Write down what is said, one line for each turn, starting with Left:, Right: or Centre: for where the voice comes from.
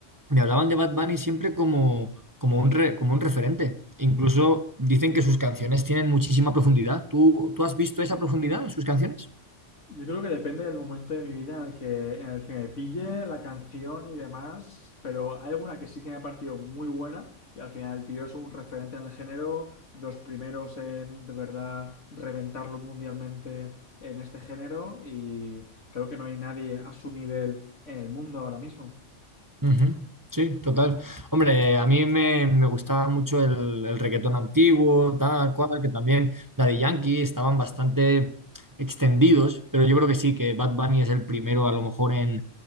Right: me hablaban de Bad Bunny siempre como, como un re- como un referente. Incluso dicen que sus canciones tienen muchísima profundidad. ¿Tú, tú has visto esa profundidad en sus canciones?
Left: Yo creo que depende del momento de mi vida en el que, en el que me pille la canción y demás, pero hay alguna que sí que me ha parecido muy buena y al final el tío es un referente en el género, de los primeros en de verdad reventarlo mundialmente en este género y creo que no hay nadie a su nivel en el mundo ahora mismo.
Right: Ujú, Sí, total. Hombre, eh, a mí me, me gustaba mucho el, el reggaetón antiguo, tal cual, que también Daddy Yankee estaban bastante extendidos, pero yo creo que sí, que Bad Bunny es el primero, a lo mejor, en,